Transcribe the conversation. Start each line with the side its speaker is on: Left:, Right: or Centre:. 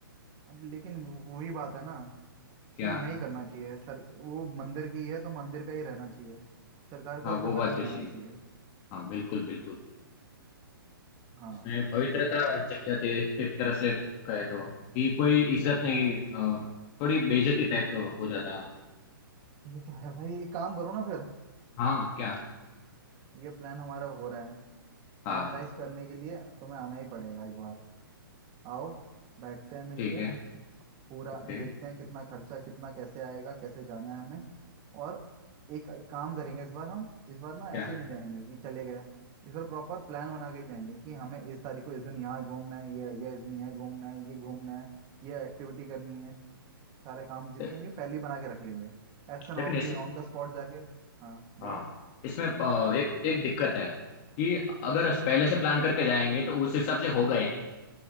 Right: अब लेकिन वो- वही बात है ना
Left: क्या
Right: कि नहीं करना चाहिए सर वो मंदिर की है तो मंदिर का ही रहना चाहिए सरकार का
Left: हाँ
Right: उस पर
Left: वो बात
Right: हक नहीं
Left: भी
Right: होना
Left: सही
Right: चाहिए
Left: है हाँ बिल्कुल बिल्कुल
Right: हाँ
Left: इसमें पवित्रता चली जाती है एक एक तरह से कहे तो कि कोई इज्जत नहीं
Right: हाँ
Left: अ, थोड़ी बेइज्जती टाइप हो जाता है
Right: ये तो है भाई एक काम करो ना फिर
Left: हाँ क्या
Right: ये प्लान हमारा हो रहा है फाइनलाइज
Left: हाँ
Right: करने के लिए तुम्हें आना ही पड़ेगा एक बार आओ बैठते हैं मिलके
Left: ठीक है
Right: पूरा
Left: ओके
Right: देखते हैं कितना खर्चा कितना कैसे आएगा कैसे जाना है हमें और एक, एक काम करेंगे इस बार हम इस बार ना
Left: क्या
Right: ऐसे ही नहीं जाएंगे कि चले गए इस बार प्रॉपर प्लान बना के जाएंगे कि हमें इस तारीख को इस दिन यहाँ घूमना है ये ये इस दिन यहाँ घूमना है ये घूमना है ये एक्टिविटी करनी है सारे काम जितने
Left: ले,
Right: भी हैं, पहले ही बना के रख लेंगे ऐसा ना
Left: लेकिन
Right: हो
Left: इसमें
Right: कि ऑन द स्पॉट जाके हाँ बोलो
Left: हाँ इसमें अ, एक एक दिक्कत है कि अगर
Right: क्या
Left: अस
Right: दिक्कत
Left: पहले से
Right: है
Left: प्लान करके जाएंगे तो उस हिसाब से होगा ही नहीं